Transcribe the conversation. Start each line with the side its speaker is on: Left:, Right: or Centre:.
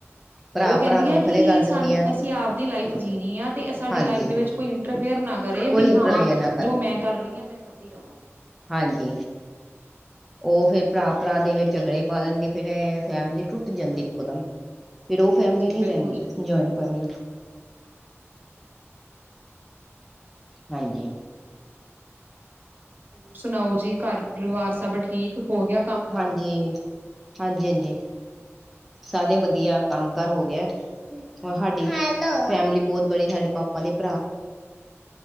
Centre: ਭਰਾ-ਭਰਾ
Right: ਉਹ ਕਹਿੰਦੀਆਂ
Centre: ਨੂੰ ਵੱਖਰੇ
Right: ਕਿ
Centre: ਕਰ
Right: ਸਾਨ
Centre: ਦਿੰਦੀਆਂ
Right: ਅਸੀਂ ਆਪ ਦੀ ਲਾਈਫ ਜੀਣੀ ਆ ਅਤੇ ਸਾਡੀ
Centre: ਹਾਂਜੀ
Right: ਲਾਈਫ ਦੇ ਵਿੱਚ ਕੋਈ ਇੰਟਰਫੇਅਰ ਨਾ ਕਰੇ
Centre: ਕੋਈ
Right: ਵੀ ਹਾਂ
Centre: ਪ੍ਰਵੇਰ ਨਾ ਕਰੇ
Right: ਜੋ ਮੈਂ ਕਰ ਰਹੀ ਹਾਂ ਮੈਂ ਕਰ ਰਹੀ ਆ,
Centre: ਹਾਂਜੀ, ਉਹ ਫੇਰ ਭਰਾ-ਭਰਾ ਦੇ ਵਿੱਚ ਝਗੜੇ ਪਾ ਦਿੰਦੀ ਫਿਰ ਫੈਮਿਲੀ ਟੁੱਟ ਜਾਂਦੀ ਇੱਕ ਦਮ ਫਿਰ ਉਹ
Right: ਹਾਂਜੀ
Centre: ਫੈਮਲੀ ਨਹੀਂ
Right: ਬਿਲਕੁਲ
Centre: ਰਹਿੰਦੀ
Right: ਜੀ ਬਿਲਕੁਲ
Centre: ਜੁਆਇੰਟ ਫੈਮਲੀ,
Right: ਹਾਂਜੀ ਬਿਲਕੁਲ ਜੀ ਬਿਲਕੁਲ,
Centre: ਹਾਂਜੀ,
Right: ਹੋਰ ਸੁਣਾਓ ਜੀ ਘਰ ਪਰਿਵਾਰ ਸਭ ਠੀਕ, ਹੋ ਗਿਆ ਕੰਮ ਕਾਰ
Centre: ਹਾਂਜੀ-ਹਾਂਜੀ-ਹਾਂਜੀ, ਸਾਰੇ ਵਧੀਆ ਕੰਮ ਕਾਰ ਹੋ ਗਿਆ। ਰ ਸਾਡੀ ਫੈਮਿਲੀ ਬਹੁਤ ਬੜੀ ਸਾਡੇ ਪਾਪਾ ਦੇ ਭਰਾ,